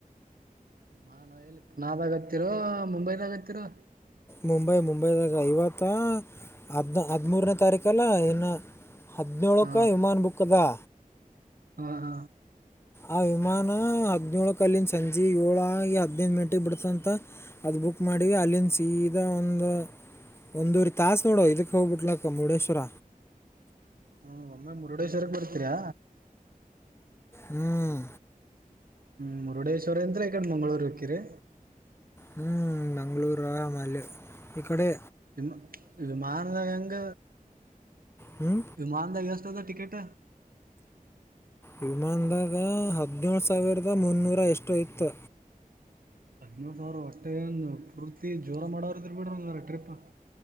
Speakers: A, on the right; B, on the left.
A: ಇಲ್ಲಿ ಮಾ ನ ಎಲ್ಲಿ ಪುನಾದಾಗತ್ತಿರೋ ಮುಂಬೈದಾಗತ್ತರೋ
B: ಮುಂಬೈ ಮುಂಬೈದಾಗ ಐವತ್ತ ಹದನ ಹದಿಮೂರನೇ ತಾರೀಕಲ್ಲ ಇನ್ನು ಹದಿನೇಳಕ್ಕೆ
A: ಹಾ
B: ವಿಮಾನ್ ಬುಕ್ ಅದಾ
A: ಹ್ಮ
B: ಆ ವಿಮಾನ ಹದ್ನೇಳ ಕಲ್ಲಿಂದ ಸಂಜೆ ಏಳಾಗಿ ಹದದು್ ಮಿಂಟಿಗೆ ಬಿಡ್ತಂತ ಅದು ಬುಕ್ ಮಾಡೀ ಅಲ್ಲಿಂದ ಸೀದಾ ಒಂದು ಒಂದೂರಿ ತಾಸಸ್ ನೋಡೋ ಇದಕ್ಕೆ ಹೋಗ್ಬಿಟ್ಲಕ್ಕ ಮುರುಡೇಶ್ವರ
A: ಹ್ಮ ಒಮ್ಮೆ ಮುರುಡೇಶ್ವರಕ್ಕೆ ಬರ್ತೀರಾ
B: ಹ್ಮ್
A: ಹ್ಞೂ ಮುರುಡೇಶ್ವರಿ ಅಂತ್ರಕಂಡು ಮಂಗಳೂರು ಹಕ್ಕಿರಿ
B: ಹ್ಮ್ ಬೆಂಗ್ಳೂರು ಮಲ್ಲಿೆ ಇಕಡೆ
A: ವಿಮಾ ವಿಮನದಹೇಗ
B: ಹ್ಞೂ
A: ವಿಮಾನದಾರಿಗಸ್ತದ ಟಿಕಟ
B: ವಿಮಾನದಾಗ ಹದಿನೇಳು ಸಾವಿರದ ಮುನ್ನೂರ ಎಷ್ಟು ಇತ್ತು
A: ಹದ್ನೂರು ಸಾವಿರ ಅಷ್ಟೇ ಏಂದು ಪೂರ್ತಿ ಜೋರ ಮಾಡೋರ ಇದರ್ ಬಿಡ್ರಿ ಒಂಗಾರ ಟ್ರಿಪ್